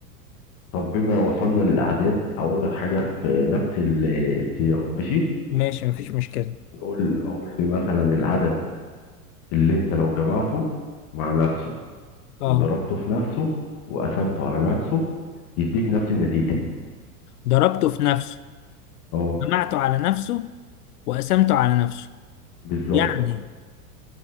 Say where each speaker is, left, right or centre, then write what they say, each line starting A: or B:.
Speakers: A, on the left; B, on the left.
A: طب بما وصلنا للأعداد أقول لك حاجة في نفس ال- السياق ماشي
B: ماشي مفيش مشكله
A: قول قول لي مثلا العدد اللي أنت لو جمعته مع نفسه
B: اه
A: وضربته في نفسه وقسمته على نفسه يديك نفس النتيجة
B: ضربته في نفسه
A: اه
B: جمعته على نفسه وقسمته على نفسه
A: بالظبط
B: يعني